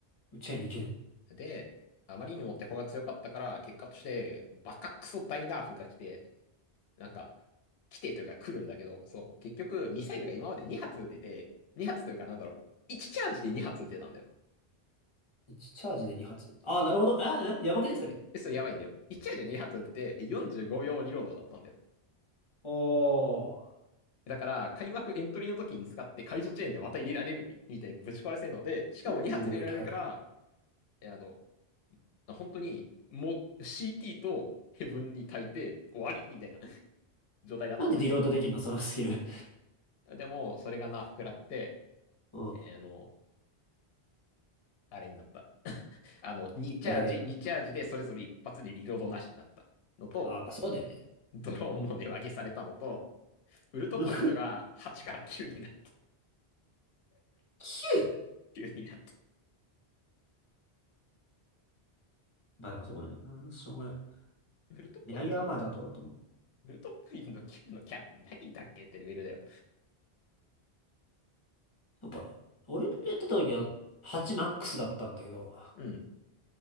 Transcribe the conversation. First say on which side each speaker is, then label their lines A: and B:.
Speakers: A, on the left (about 30°); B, on the left (about 70°).
A: 打ち合いに行けない。
B: う。で、あまりにも手法が強かったから、結果として、バカクソ大ナーフが来て、なんか、来てというか来るんだけど、そう、結局、ミサイルが今まで2発撃てて、2発というかなんだろう、1チャージで2発撃てたんだよ。
A: 1チャージで2発。ああ、なるほど。ああ、やばくね、それ。
B: え、それやばいんだよ。1チャージで2発撃てて、45秒リロードだったんだよ。
A: おー。
B: だから、開幕エントリーの時に使って解除チェーンでまた入れられるみたいにぶち壊れ性能で、しかも2発入れられるから、
A: 45秒って早くね。
B: え、あの、本当に、もう CT とヘブンに焚いて終わりみたいな <laughs> 状態だったんだけど、
A: なんでディロートできんの、そのスキル。<laughs>
B: でも、それがな、膨らって、
A: うん。
B: えーあの、あれになった。あの、2チャージ、
A: 1回だけ。
B: 2チャージでそれぞれ一発でリロードなしになったのと、
A: ああ、やっぱそうだよね。
B: ドローンも値上げされたのと、ウルトポイントが8から9になった。
A: <laughs> 9!
B: 9になった。
A: まあでもそうだよね。うん、しょうがない。
B: ウルトポイントの、
A: 値上げはまあ妥当だと思う。
B: ウルトポイントの9のキャラ何いたっけってレベルだよ。
A: なんか、俺のやってた時は8マックスだったんだけど、
B: うん。